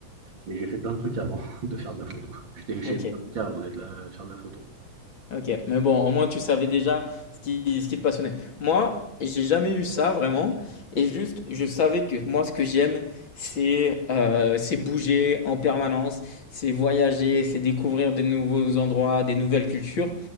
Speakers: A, on the right; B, on the left.
A: mais j'ai fait plein de trucs avant <laughs> de faire de la photo. J'étais- chez
B: Ok.
A: été avocat avant d'être là, faire de la photo.
B: Ok, mais bon, au moins tu savais déjà ce qui, ce qui te passionnait. Moi, j'ai jamais eu ça vraiment. Et juste, je savais que moi, ce que j'aime, c'est euh, c'est bouger en permanence, c'est voyager, c'est découvrir des nouveaux endroits, des nouvelles cultures.